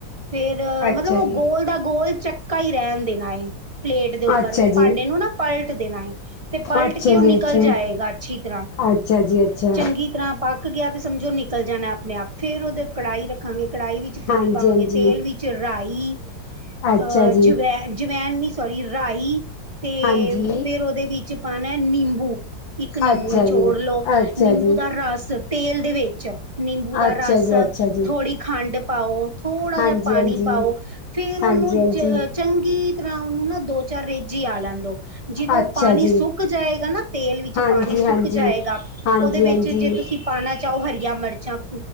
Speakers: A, on the right; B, on the left.
A: ਫੇਰ
B: ਅੱਛਾ
A: ਮਤਲਬ ਉਹ
B: ਜੀ
A: ਗੋਲ ਦਾ ਗੋਲ ਚੱਕਾ ਹੀ ਰਹਿਣ ਦੇਣਾ ਐ, ਪਲੇਟ ਦੇ ਉੱਪਰ
B: ਅੱਛਾ
A: ਉਹ
B: ਜੀ
A: ਭਾਂਡੇ ਨੂੰ ਨਾ ਪਲਟ ਦੇਣਾ ਏ। ਤੇ ਪਲਟ
B: ਅੱਛਾ
A: ਕੇ ਉਹ
B: ਜੀ
A: ਨਿਕਲ
B: ਅੱਛਾ
A: ਜਾਏਗਾ ਅੱਛੀ ਤਰ੍ਹਾਂ
B: ਅੱਛਾ ਜੀ ਅੱਛਾ
A: ਚੰਗੀ ਤਰ੍ਹਾਂ ਪੱਕ ਗਿਆ ਤੇ ਸਮਝੋ ਨਿਕਲ ਜਾਣਾ ਐ ਆਪਣੇ ਆਪ, ਫੇਰ ਉਹਦੇ ਕੜਾਹੀ ਰੱਖਾਂਗੇ ਕੜਾਹੀ ਵਿੱਚ ਤੇਲ
B: ਹਾਂਜੀ
A: ਪਾਵਾਂਗੇ,
B: ਹਾਂਜੀ
A: ਤੇਲ ਵਿੱਚ ਰਾਈ
B: ਅੱਛਾ
A: ਅਹਜਵੈ
B: ਜੀ
A: ਇੰਨੀ ਸਾਰੀ ਰਾਈ ਤੇ
B: ਹਾਂਜੀ
A: ਫੇਰ ਉਹਦੇ ਵਿੱਚ ਪਾਉਣਾ ਨਿੰਬੂ। ਇੱਕ ਨਿੰਬੂ
B: ਅੱਛਾ
A: ਨੀਚੋੜ
B: ਜੀ
A: ਲਓ,
B: ਅੱਛਾ
A: ਨਿੰਬੂ
B: ਜੀ
A: ਦਾ ਰਸ ਤੇਲ ਦੇ ਵਿੱਚ। ਨਿੰਬੂ ਦਾ
B: ਅੱਛਾ
A: ਰਸ
B: ਜੀ ਅੱਛਾ ਜੀ
A: ਥੋੜ੍ਹੀ ਖੰਡ ਪਾਓ, ਥੋੜ੍ਹਾ
B: ਹਾਂਜੀ
A: ਜਿਹਾ ਪਾਣੀ
B: ਹਾਂਜੀ
A: ਪਾਓ। ਫੇਰ ਉਹਨੂੰ
B: ਹਾਂਜੀ
A: ਚੰਗੀ
B: ਹਾਂਜੀ
A: ਤਰ੍ਹਾਂ, ਉਹਨੂੰ ਨਾ ਦੋ ਚਾਰ ਰੇਜ਼ੀ ਆ ਲੈਂਨ ਦੋ। ਜਦੋਂ
B: ਅੱਛਾ
A: ਪਾਣੀ
B: ਜੀ
A: ਸੁੱਕ ਜਾਏਗਾ ਨਾ ਤੇਲ ਵਿੱਚ,
B: ਹਾਂਜੀ
A: ਪਾਣੀ ਸੁੱਕ
B: ਹਾਂਜੀ
A: ਜਾਏਗਾ,
B: ਹਾਂਜੀ
A: ਉਹਦੇ ਵਿੱਚ
B: ਹਾਂਜੀ
A: ਜੇ ਤੁਸੀਂ। ਪਾਉਣਾ ਚਾਹੋ ਹਰੀਆਂ ਮਿਰਚਾਂ